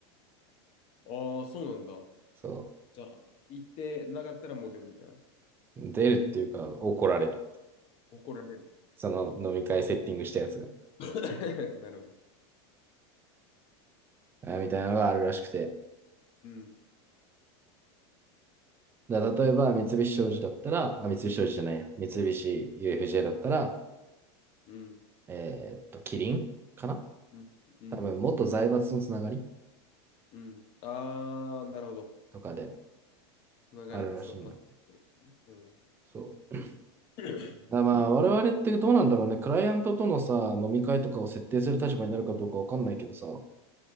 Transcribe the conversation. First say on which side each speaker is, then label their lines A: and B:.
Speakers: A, on the left; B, on the right.
A: ああ、そうなんだ。
B: そ
A: じゃあ、行ってなかったらモデルみたいな。
B: う。出るっていうか、怒られる。
A: 怒られる。
B: その飲み会セッティングしたやつが。
A: <laughs> なるほど。
B: あみたいなのがあるらしくて。
A: うん。
B: だから例えば、三菱商事だったら、あ、三菱商事じゃないや。三菱 UFJ だったら、
A: うん、
B: えーっと、キリンかな
A: うん、うん、
B: 多分、元財閥のつながり
A: うん。あー、なるほど。
B: とかで
A: つながりってそう、
B: あるらしいんだって。
A: ま、うん、
B: そう。
A: <coughs>
B: だからまあ、
A: うん、
B: 我々ってどうなんだろうね。クライアントとのさ、飲み会とかを設定する立場になるかどうかわかんないけどさ、